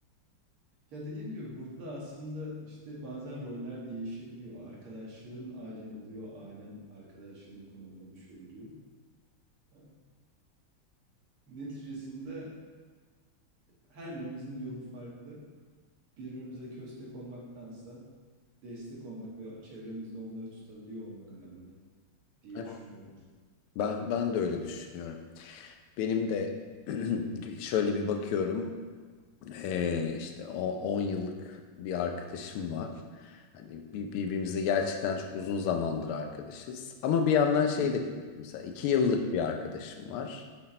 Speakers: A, on the right; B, on the left.
A: Ya dediğim gibi burada da aslında işte bazen roller değişebiliyor. Arkadaşların ailen oluyor, ailen arkadaşların konumuna düşebiliyor. Ee, Neticesinde her birimizin yolu farklı. Birbirimize köstek olmaktansa destek olmak ve çevremizde onları tutabiliyor olmak önemli diye
B: Evet.
A: düşünüyorum.
B: ben ben de öyle düşünüyorum. Benim de <clears throat> şöyle bir bakıyorum e, işte o 10 yıllık bir arkadaşım var. Hani bir- birbirimize gerçekten çok uzun zamandır arkadaşız. Ama bir yandan şey
A: Hı hı.
B: de görüyorum. Mesela 2 yıllık bir arkadaşım var.